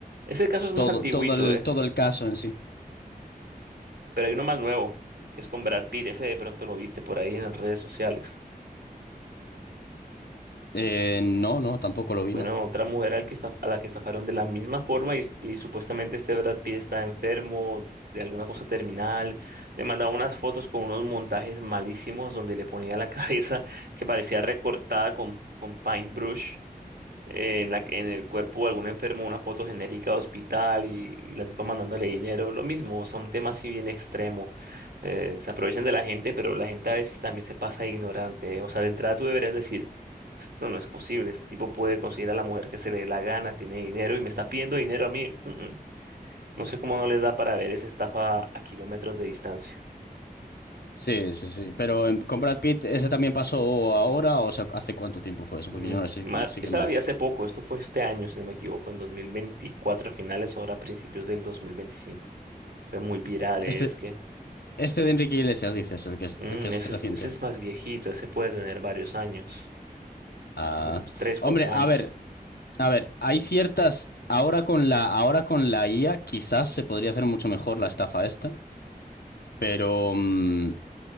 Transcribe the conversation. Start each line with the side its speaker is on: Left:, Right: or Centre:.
Right: Ese caso es más
Left: Todo,
Right: antiguito,
Left: todo el,
Right: ¿eh?
Left: todo el caso en sí.
Right: Pero hay uno más nuevo, que es con Brad Pitt. Ese de pronto lo viste por ahí en las redes sociales.
Left: Eh, no, no, tampoco lo vi,
Right: Bueno,
Left: no.
Right: otra mujer al que esta- a la que estafaron de la misma forma y, y supuestamente este Brad Pitt está enfermo de alguna cosa terminal. Le mandaba unas fotos con unos montajes malísimos donde le ponía la <laughs> cabeza que parecía recortada con, con paintbrush eh, en la, en el cuerpo de algún enfermo una foto genérica de hospital y, y la tipa mandándole dinero, lo mismo, o sea, un tema así bien extremo. Eh, se aprovechan de la gente, pero la gente a veces también se pasa de ignorante, eh. O sea, de entrada tú deberías decir, esto no es posible, este tipo puede conseguir a la mujer que se le dé la gana, tiene dinero y me está pidiendo dinero a mí. Mm, mm. No sé cómo no les da para ver esa estafa a kilómetros de distancia.
Left: Sí, sí, sí. Pero en- con Brad Pitt, ¿ese también pasó ahora o sea, hace cuánto tiempo fue eso?
Right: Mm,
Left: Porque yo
Right: qui-
Left: no sé,
Right: ma-
Left: sí
Right: Esa
Left: que no.
Right: la vi hace poco, esto fue este año, si no me equivoco, en 2024 a finales, ahora a principios del 2025. Fue muy viral, eh,
Left: Este,
Right: es que
Left: Este de Enrique Iglesias, dices, el que es,
Right: mm,
Left: el que es
Right: ese
Left: reciente.
Right: es, ese es más viejito, ese puede tener varios años,
Left: Ah,
Right: como unos 3 4
Left: hombre, a
Right: años.
Left: ver, a ver, hay ciertas. Ahora con la, ahora con la IA, quizás se podría hacer mucho mejor la estafa esta, pero, mm,